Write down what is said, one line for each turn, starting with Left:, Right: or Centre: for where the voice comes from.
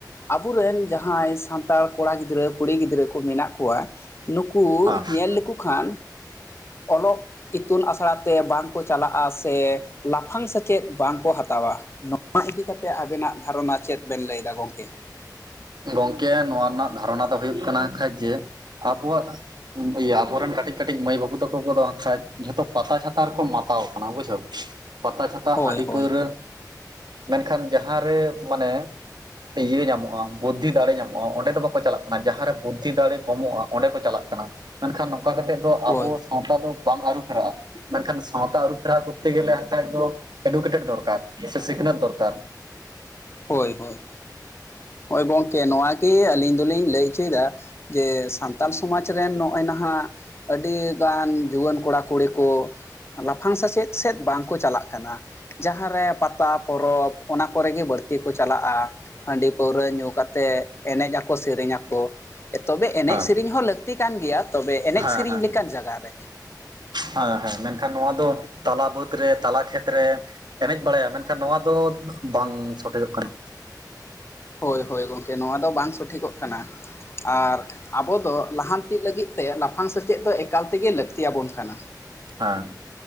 Left: ᱟᱵᱚᱨᱮᱱ ᱡᱟᱦᱟᱸᱭ ᱥᱟᱱᱛᱟᱲ ᱠᱚᱲᱟ ᱜᱤᱫᱽᱨᱟᱹᱼᱼ ᱠᱩᱲᱤ ᱜᱤᱫᱽᱨᱟᱹ ᱠᱚ ᱢᱮᱱᱟᱜ ᱠᱚᱣᱟ ᱱᱩᱠᱩ
Right: ᱦᱮᱸ
Left: ᱧᱮᱞ ᱞᱮᱠᱚ ᱠᱷᱟᱱᱼᱼ ᱚᱞᱚᱜ ᱤᱛᱩᱱ ᱟᱥᱲᱟ ᱛᱮ ᱵᱟᱝ ᱠᱚ ᱪᱟᱞᱟᱜᱼᱟ ᱥᱮᱼᱼ ᱞᱟᱯᱷᱟᱝ ᱥᱮᱪᱮᱫ ᱵᱟᱝᱠᱚ ᱦᱟᱛᱟᱣᱟ ᱱᱚᱣᱟ ᱤᱫᱤ ᱠᱟᱛᱮ ᱟᱵᱮᱱᱟᱜ ᱫᱷᱟᱨᱚᱱᱟ ᱪᱮᱫ ᱵᱮᱱ ᱞᱟᱹᱭ? ᱫᱟ ᱜᱚᱢᱠᱮ
Right: ᱜᱚᱝᱠᱮ ᱱᱚᱣᱟ ᱨᱮᱱᱟᱜ ᱫᱷᱟᱨᱚᱱᱟ ᱫᱚ ᱦᱩᱭᱩᱜ ᱠᱟᱱᱟ ᱠᱷᱟᱡ ᱡᱮ ᱟᱵᱚᱣᱟᱜ᱾ ᱤᱭᱟᱹ ᱟᱵᱚᱨᱮᱱ ᱠᱟᱹᱴᱤᱡ ᱠᱟᱹᱴᱤᱡ ᱢᱟᱹᱭ ᱵᱟᱹᱵᱩ ᱛᱟᱠᱚ ᱠᱚᱫᱚ ᱠᱷᱟᱡ ᱡᱷᱚᱛᱚ ᱯᱟᱛᱟ ᱪᱷᱟᱛᱟ ᱨᱮᱠᱚ ᱢᱟᱛᱟᱣ ᱠᱟᱱᱟ ᱵᱩᱡᱷᱟᱹᱣ᱾ ᱯᱟᱛᱟ ᱪᱷᱟᱛᱟ
Left: ᱦᱳᱭ
Right: ᱦᱟᱹᱰᱤ
Left: ᱦᱳᱭ
Right: ᱯᱟᱹᱣᱨᱟᱹ ᱢᱮᱱᱠᱷᱟᱱ ᱡᱟᱦᱟᱸ ᱨᱮ ᱢᱟᱱᱮᱼᱼ ᱤᱭᱟᱹ ᱧᱟᱢᱚᱜᱼᱟ ᱵᱩᱫᱽᱫᱷᱤ ᱫᱟᱲᱮ ᱧᱟᱢᱚᱜᱼᱟ ᱚᱸᱰᱮ ᱫᱚ ᱵᱟᱠᱚ ᱪᱟᱞᱟᱜ ᱠᱟᱱᱟ ᱡᱟᱦᱟᱸᱨᱮ ᱵᱩᱫᱽᱫᱷᱤ ᱫᱟᱲᱮ ᱠᱚᱢᱚᱜᱼᱟ ᱚᱸᱰᱮ ᱠᱚ ᱪᱟᱞᱟᱜ ᱠᱟᱱᱟ᱾ ᱢᱮᱱ ᱠᱷᱟᱱ ᱱᱚᱝᱠᱟ ᱠᱟᱛᱮᱫ ᱫᱚ
Left: ᱦᱳᱭ
Right: ᱟᱵᱚ ᱥᱟᱶᱛᱟ ᱫᱚ ᱵᱟᱝ ᱟᱹᱨᱩ ᱯᱷᱮᱨᱟᱜᱼᱟ᱾ ᱵᱟᱠᱷᱟᱱ ᱥᱟᱶᱛᱟ ᱟᱹᱨᱩ ᱯᱷᱮᱨᱟᱣ ᱠᱚᱨᱛᱮ ᱜᱮᱞᱮ ᱠᱷᱟᱡ ᱫᱚ ᱮᱰᱩᱠᱮᱴᱮᱴ ᱫᱚᱨᱠᱟᱨ ᱥᱮ ᱥᱤᱠᱷᱱᱟᱹᱛ ᱫᱚᱨᱠᱟᱨ᱾
Left: ᱦᱳᱭ ᱦᱳᱭ ᱦᱳᱭ ᱜᱚᱝ ᱠᱮ ᱱᱚᱣᱟ ᱜᱮ ᱟᱹᱞᱤᱧ ᱫᱚᱞᱤᱧ ᱞᱟᱹᱭ ᱦᱚᱪᱚᱭ ᱮᱫᱟ ᱡᱮ ᱥᱟᱱᱛᱟᱞ ᱥᱚᱢᱟᱡᱽ ᱨᱮᱱ ᱱᱚᱜᱼᱚᱭ ᱱᱟᱦᱟᱜᱼᱼ ᱟᱹᱰᱤ ᱜᱟᱱ ᱡᱩᱣᱟᱹᱱ ᱠᱚᱲᱟᱼᱠᱩᱲᱤ ᱠᱚᱼᱼ ᱞᱟᱯᱷᱟᱝ ᱥᱮᱪᱮᱫ ᱥᱮᱫ ᱵᱟᱝᱠᱚ ᱪᱟᱞᱟᱜ ᱠᱟᱱᱟ᱾ ᱡᱟᱦᱟᱸᱨᱮ ᱯᱟᱛᱟ ᱯᱚᱨᱚᱵᱽ ᱚᱱᱟ ᱠᱚᱨᱮ ᱜᱮ ᱵᱟᱹᱲᱛᱤ ᱠᱚ ᱪᱟᱞᱟᱜᱼᱟ, ᱦᱟᱺᱰᱤ ᱯᱟᱹᱣᱨᱟᱹ ᱧᱩ ᱠᱟᱛᱮᱫ ᱮᱱᱮᱡ ᱟᱠᱚ ᱥᱮᱨᱮᱧ ᱟᱠᱚ ᱮ ᱛᱚᱵᱮ ᱮᱱᱮᱡ
Right: ᱦᱮᱸ
Left: ᱥᱮᱨᱮᱧ ᱦᱚᱸ ᱞᱟᱹᱠᱛᱤ ᱞᱟᱹᱠᱛᱤ ᱠᱟᱱ ᱜᱮᱭᱟ ᱛᱚᱵᱮ ᱮᱱᱮᱡ
Right: ᱦᱮᱸ
Left: ᱥᱮᱨᱮᱧ
Right: ᱦᱮᱸ
Left: ᱞᱮᱠᱟᱱ ᱡᱟᱭᱜᱟ ᱨᱮ᱾
Right: ᱦᱮᱸ ᱦᱮᱸ ᱢᱮᱱᱠᱷᱟᱱ ᱱᱚᱣᱟ ᱫᱚ ᱛᱟᱞᱟ ᱵᱟᱹᱫᱽ ᱨᱮ ᱛᱟᱞᱟ ᱠᱷᱮᱛ ᱨᱮ ᱮᱱᱮᱡ ᱵᱟᱲᱟᱭᱟ ᱢᱮᱱ ᱢᱮᱱᱠᱷᱟᱱ ᱱᱚᱣᱟ ᱫᱚ ᱵᱟᱝ ᱥᱚᱴᱷᱮᱜᱚᱜ ᱠᱟᱱᱟ᱾
Left: ᱦᱳᱭ ᱦᱳᱭ ᱜᱚᱢᱠᱮ ᱱᱚᱣᱟ ᱫᱚ ᱵᱟᱝ ᱥᱚᱴᱷᱤᱠᱚᱜ ᱠᱟᱱᱟ ᱟᱨ ᱟᱵᱚ ᱫᱚ ᱞᱟᱦᱟᱱᱛᱤ ᱞᱟᱹᱜᱤᱫ᱾ ᱛᱮ ᱞᱟᱯᱷᱟᱝ ᱥᱮᱪᱮᱫ ᱫᱚ ᱮᱠᱟᱞ ᱛᱮᱜᱮ ᱞᱟᱹᱠᱛᱤᱭ ᱟᱵᱚᱱ ᱠᱟᱱᱟ,
Right: ᱦᱮᱸ